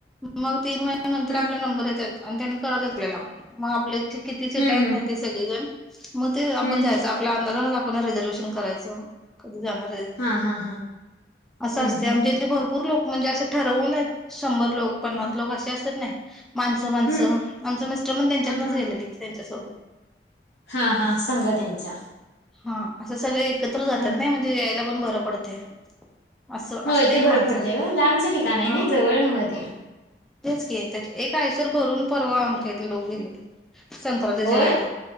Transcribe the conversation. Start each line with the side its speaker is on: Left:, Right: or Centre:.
Centre: मग तीन महिन्यानंतर
Left: हम्म
Centre: आपला नंबर येत्यात. आणि त्यांनी कळवत्यातआपल्याला मग आपल्या किती सीट
Left: हम्म
Centre: आहेत
Left: हम्म
Centre: ना ते सगळेजण मग ते आपण
Left: हम्म
Centre: जायचं. आपल्या अंदाजानच आप रिझर्वेहेशन करायचं कधी जाणार.
Left: हा हा हा
Centre: अस
Left: हम्म
Centre: अस
Left: हम्म
Centre: आम इथ भरपूर लोक म्हणजे अस ठरवून शंभर - लोक, पन्नास
Left: हम्म
Centre: लोक असे असतात नई. माणसं माणसं
Left: हम्म
Centre: आमचं मिस्टर मण त्यांच्यातनच
Left: हा हा
Centre: गेलेली त्यांच्यासोबत.
Left: हा हा सांग त्यांच्या
Centre: हा असं सगळे एकत्र जातात
Left: हा
Centre: नाही म्हणजे यायला पण बरं पडते असं
Left: होय
Centre: असते
Left: ते
Centre: की माणसांना
Left: बरं पडतं आहे लांबचं ठिकाण आहे
Centre: हा
Left: ना जवळ नवत
Centre: तेच की त्या एक आयसर भरून पर्व आमच्या इथे लोक गेलेले संक्रांतीच्या
Left: होय
Centre: वेळेला